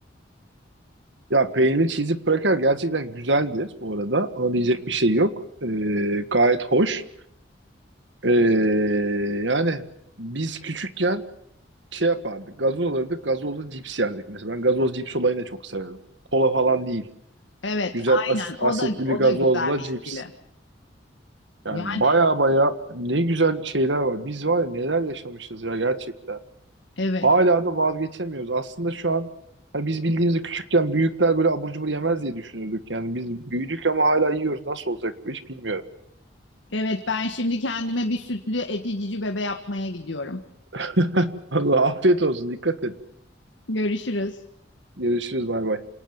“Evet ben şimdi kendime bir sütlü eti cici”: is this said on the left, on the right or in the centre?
Left